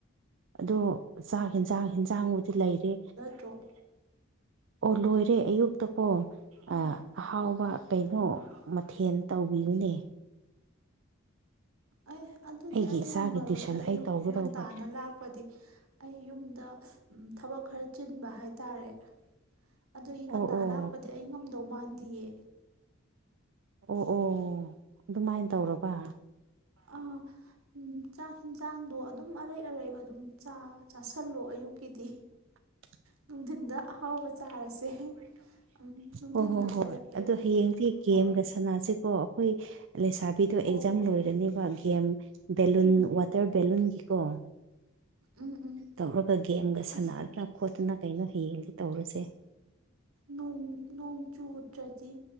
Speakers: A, on the right (about 60°); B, on the right (about 85°).
A: ꯑꯗꯣ ꯆꯥꯛ ꯍꯦꯟꯖꯥꯡ ꯍꯦꯟꯖꯥꯡꯕꯨꯗꯤ ꯂꯩꯔꯦ
B: <unintelligible> ꯂꯩꯔꯦ
A: ꯑꯣ ꯂꯣꯏꯔꯦ ꯑꯌꯨꯛꯇꯀꯣ
B: ꯑꯥ
A: ꯑ ꯑꯍꯥꯎꯕ ꯀꯩꯅꯣ
B: ꯑꯣ
A: ꯃꯊꯦꯟ ꯇꯧ ꯕꯤꯕꯅꯦ <inaudible>
B: ꯑꯦ ꯑꯗꯨꯗꯤ ꯑꯩ ꯉꯝꯃꯔꯣꯏꯗ
A: ꯇ꯭ꯋꯏꯁꯟ
B: ꯑꯌꯨꯛ
A: ꯑꯩ ꯇꯧꯒꯗꯧꯕ
B: ꯉꯟꯇꯥꯅ ꯂꯥꯛꯄꯗꯤ ꯑꯩ ꯌꯨꯝꯗ ꯊꯕꯛ ꯈꯔ ꯆꯤꯟꯕ ꯍꯥꯏꯇꯥꯔꯦ ꯑꯗꯨꯒꯤ ꯉꯟꯇꯥ
A: ꯑꯣ ꯑꯣ
B: ꯂꯥꯛꯄꯗꯤ ꯑꯩ ꯉꯝꯗꯧ ꯃꯥꯟꯗꯤꯌꯦ
A: ꯑꯣ ꯑꯣ ꯑꯗꯨꯝꯃꯥꯏꯟ ꯇꯧꯔꯕ
B: ꯑ ꯎꯝ ꯆꯥꯛ ꯍꯦꯟꯖꯥꯡꯗꯣ ꯑꯗꯨꯝ ꯑꯔꯩ ꯑꯔꯩꯕ ꯑꯗꯨꯝ ꯆꯥ ꯆꯥꯥꯁꯜꯂꯣ ꯑꯌꯨꯛꯀꯤꯗꯤ
A: <inaudible>
B: ꯅꯨꯡꯗꯤꯟꯗ ꯑꯍꯥꯎꯕ ꯆꯥꯔꯁꯦ ꯎꯝ ꯅꯨꯡꯊꯤꯟꯗ
A: ꯍꯣ ꯍꯣ ꯍꯣꯏ
B: ꯀꯣꯏꯔꯛꯀꯦꯕ
A: ꯑꯗꯣ ꯍꯌꯦꯡꯗꯤ
B: ꯑꯩ
A: ꯒꯦꯝꯒ
B: ꯍꯣꯏ
A: ꯁꯥꯅꯁꯤꯀꯣ ꯑꯩꯈꯣꯏ ꯂꯩꯁꯥ ꯕꯤꯗꯣ
B: ꯍꯣ
A: ꯑꯦꯛꯖꯥꯝ
B: ꯍꯣꯏ
A: ꯂꯣꯏꯔꯅꯦꯕ ꯒꯦꯝ ꯕꯦꯂꯨꯟ
B: ꯎꯝ
A: ꯋꯥꯇꯔ ꯕꯦꯂꯨꯟꯒꯤꯀꯣ
B: ꯎꯝ ꯎꯝ
A: ꯇꯧꯔꯒ ꯒꯦꯝꯒ ꯁꯥꯟꯅꯗꯅ
B: ꯑꯁ
A: ꯈꯣꯠꯇꯅ ꯀꯩꯅꯣ ꯍꯌꯦꯡꯗꯤ ꯇꯧꯔꯁꯦ
B: ꯅꯣꯡ ꯅꯣꯡ ꯆꯨꯗ꯭ꯔꯗꯤ